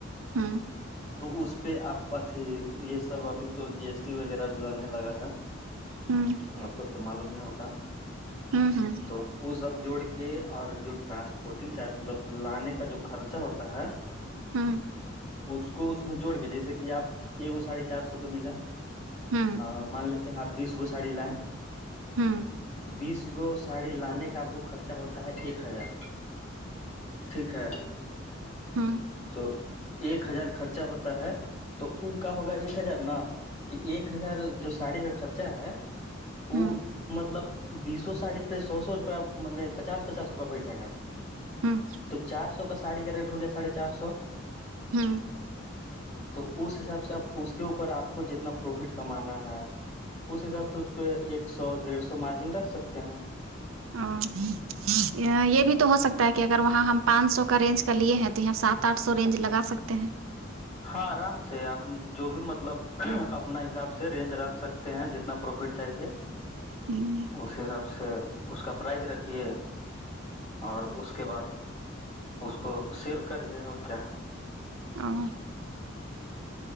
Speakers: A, on the right (about 80°); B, on the left (about 35°).
A: ہوں
B: تو اس پہ آپ اھی یہ سب ابھی تو جی ایس ٹی وغیرہ بھی لگنے لگا ہے
A: ہوں
B: آپ کو تو معلوم ہی ہوگا
A: ہوں
B: تو وہ سب جوڑ کے اور جو ٹرانسپورٹنگ چارج مطلب لانے کا جو خرچہ ہوتا ہے
A: ہم
B: اس کو اس میں جوڑ کے جیسے کہ آپ ایکو ساڑھی چار سو کا ملا
A: ہوں
B: ا مان لیتے ہیں آپ بیس گو ساڑی لائیں
A: ہم
B: بیس گو ساڑی لانے کا آپ کو خرچہ ہوتا ہے ایک ہزار ٹھیک ہے
A: ہاں
B: تو ایک ہزار خرچا ہوتا ہے تو وہ کا ہوگا ایک ہزار نا کہ ایک ہزار جو ساڑی کا خرچہ ہے وہ
A: ہوں
B: مطلب بیسو ساڑی پہ سو سو روپیہ نہیں پچاس پچاس روپیہ بیٹھے گا
A: ہوں
B: تو چار سو کا ساڑی کا ریٹ ہو گیا ساڑھے چار سو
A: ہوں
B: تو اس حساب سے اب اس کے اوپر آپ کو جتنا پروفٹ کمانا ہے اس حساب سے اس پہ ایک سو ڈیڑھ سو مارجن رکھ سکتے ہیں
A: ہاں یہ بھی تو ہو سکتا ہے کہ اگر وہاں ہم پانچ سو کا رینج کا لیے ہیں تو یہ سات آٹھ سو رینج لگا سکتے ہیں
B: ہاں آرام سے آپ جو بھی مطلب اپنا حساب سے رینج رکھ سکتے ہیں جتنا پروفٹ چاہیے
A: ہ
B: اس حساب سے اس کا پرائز رکھیے اور اس کے بعد اس کو سیل کریے اور کیا
A: ہاں